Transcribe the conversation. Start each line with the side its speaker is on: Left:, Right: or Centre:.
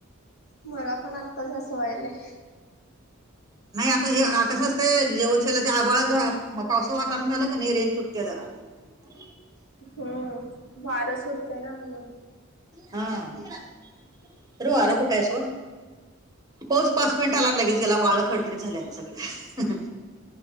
Left: मला पण आत्ताच असं व्हायलय.
Right: नाही आता हे क्स असतंय जेवशाला ते आबाळ पावस वातावरण झालं की नई रेंज तुटत्या जरा. <unintelligible>
Left: हम्म वार सुटतंय ना म्हणून
Right: हा तर आरं कुठ आहे सोड पाऊस पाच मिनिट आला आणि लगेच गेला वाळ कडकडडीत झालय आता सगळ.